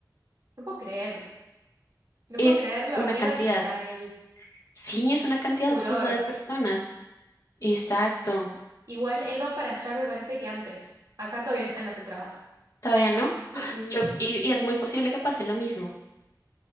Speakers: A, on the right; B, on the left.
A: no puedo creer, no
B: Es
A: puedo creer lo
B: una
A: arriba
B: cantidad.
A: que está el
B: Sí, es una cantidad
A: Furor.
B: absurda de personas. Exacto.
A: Igual él va para allá, me parece que antes. Acá todavía no están las entradas.
B: Todavía no.
A: Mm, mm.
B: Yo, y, y es muy posible que pase lo mismo.